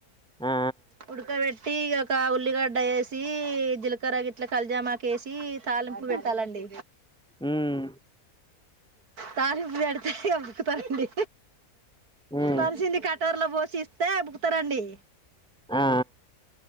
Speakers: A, in the centre; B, on the right (about 80°).
A: ఆ
B: ఉడక పెట్ ట్టీ ఒక ఉల్లిగడ్డ వేసి జీలకర్ర గిట్ల కలిజామా కేేసి తాలింపు పెట్టాలండి
A: ఉమ్
B: తాలింపు పెడితే ఇగ అయిపోతండి
A: ఉమ్
B: నలిసింది కటోర్లో పోసి ఇస్తే ఉబుకుతారండి
A: ఆ